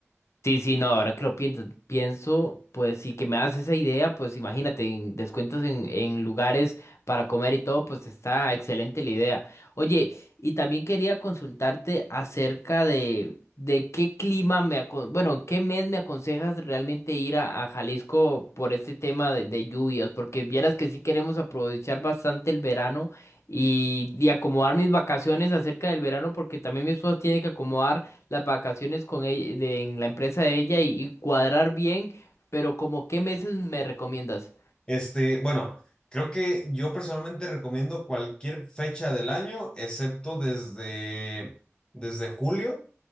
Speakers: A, on the left; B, on the left.
A: Sí, sí, no, ahora que lo pienso, pienso, pues sí que me das esa idea, pues imagínate, en descuentos en, en lugares para comer y todo, pues está excelente la idea. Oye, y también quería consultarte acerca de, de qué clima me, acon- bueno, qué mes me aconsejas realmente ir a, a Jalisco por este tema de, de lluvias, porque vieras que sí queremos aprovechar bastante el verano y, y acomodar mis vacaciones acerca del verano, porque también mi esposa tiene que acomodar las vacaciones con ella, de- en la empresa de ella y, y cuadrar bien, pero como qué meses me recomiendas.
B: Este, bueno, creo que yo personalmente recomiendo cualquier fecha del año, excepto desde, desde julio